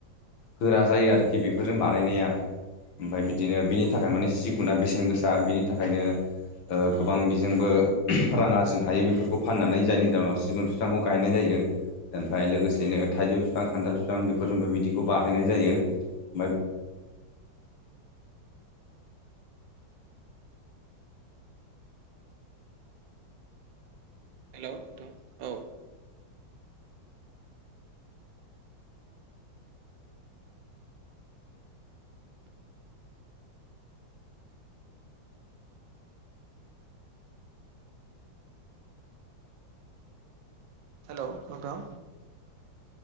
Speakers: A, on the left; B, on the right.
A: गोरा जायो आरोखि बेफोरजों बानायनाया ओमफ्राय बिदिनो बिनि
B: औ
A: थाखाय माने सिगुना बेसेन गोसा बिनि थाखायनो गोबां बिजोंबो रां आरजिनो हायो बेफोरखौ फाननानै जायनि जाहोनाव सिगुन बिफांखौ गायनाय जायो ओमफ्राय लोगोसेनो थाइजौ बिफां खान्थाल बिफां बेफोरजोंबो बिदिखौ बानायनाय जायो फ्राय
B: हेलौ नोंथां औ। हेलौ नोंथां।